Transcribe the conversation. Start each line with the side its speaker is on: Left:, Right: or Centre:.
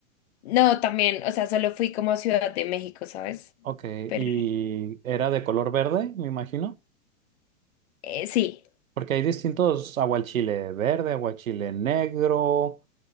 Left: No, también, o sea, solo fui como a Ciudad de México, ¿sabes?
Right: Ok,
Left: Pero
Right: y era de color verde, me imagino,
Left: eh, sí,
Right: porque hay distintos aguachile verde, aguachile negro,